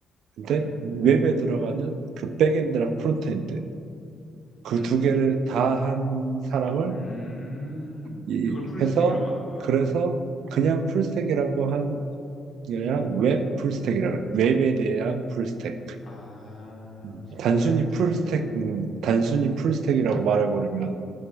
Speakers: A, on the right; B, on the left.
A: 근데
B: 음,
A: 웹에 들어가는 그 백엔드랑 프론트엔드 그
B: 음.
A: 두 개를 다 한 사람을
B: 음,
A: 이-
B: 그걸 풀스택이라고
A: 해서
B: 하는 거야.
A: 그래서 그냥 풀스택이라고 한 게 아니라 웹 풀스택이라고 해요. 웹에 대한 풀스택.
B: 아,
A: 음, 단순히
B: 웹 풀스택.
A: 풀스택, 음, 단순히 풀스택이라고 말해버리면